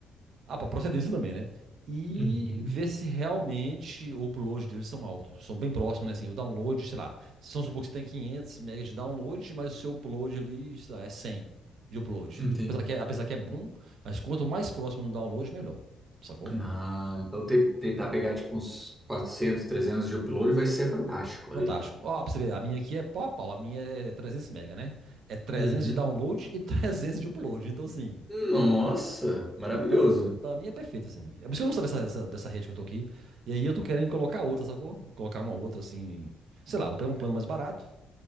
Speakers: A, on the right; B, on the right.
A: ah, para procedência também, né? E
B: uhum,
A: ver se realmente o upload deles são altos, são bem próximos, né? Assim, o download, sei lá, se vamos supor que você tem 500 megas de download, mas o seu upload ali, sei lá, é 100 de upload.
B: entendi.
A: Apesar que, é, apesar que é bom, mas quanto mais próximo do download, melhor, sacou?
B: Ah, então te- tentar pegar tipo uns 400, 300 de upload vai ser fantástico
A: Fantástico.
B: ali.
A: Ó, pra você ver, a minha aqui é pau a pau, a minha é 300 MB, né? É 300
B: Uhum.
A: de download e <laughs> 300 de upload, então assim...
B: Nossa, maravilhoso.
A: Então, pra mim é perfeito, assim. É por isso que eu não saio dessa, dessa, dessa rede que eu tô aqui. E aí eu tô querendo colocar outra, sacou? Colocar uma outra, assim. Sei lá, vou pegar um plano mais barato